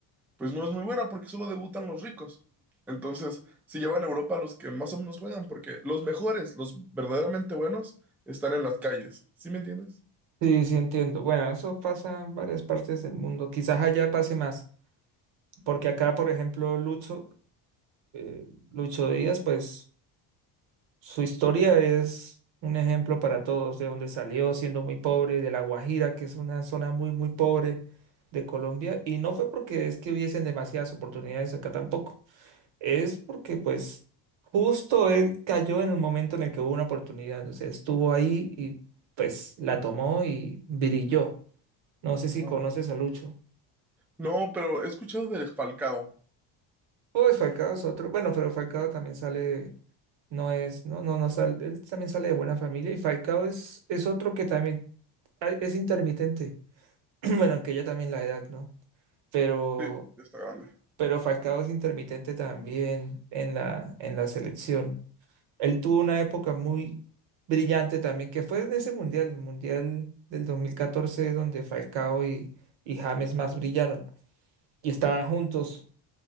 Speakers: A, in the centre; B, on the right.
A: pues no es muy buena porque solo debutan los ricos. Entonces, si llevan a Europa los que más o menos juegan, porque los mejores, los verdaderamente buenos, están en las calles. ¿Sí me entiendes?
B: Sí, sí entiendo. Bueno, eso pasa en varias partes del mundo. Quizás allá pase más, porque acá, por ejemplo, Lucho, eh, Lucho Díaz, pues Su historia es un ejemplo para todos, de donde salió siendo muy pobre, de La Guajira, que es una zona muy, muy pobre de Colombia, y no fue porque es que hubiesen demasiadas oportunidades acá tampoco, es porque pues justo él cayó en el momento en el que hubo una oportunidad, o sea, estuvo ahí y pues la tomó y brilló. No sé si
A: Ajá.
B: conoces a Lucho.
A: No, pero he escuchado de Falcao.
B: Pues Falcao es otro. Bueno, pero Falcao también sale, no es, no, no, no sale, él también sale de buena familia y Falcao es, es otro que también a- es intermitente. <clears throat> Bueno, aunque ya también la edad, ¿no? Pero,
A: Sí, está grande.
B: pero Falcao es intermitente también en la, en la selección. Él tuvo una época muy brillante también, que fue en ese mundial, el mundial del dos mil catorce donde Falcao y, y James más brillaron y estaban juntos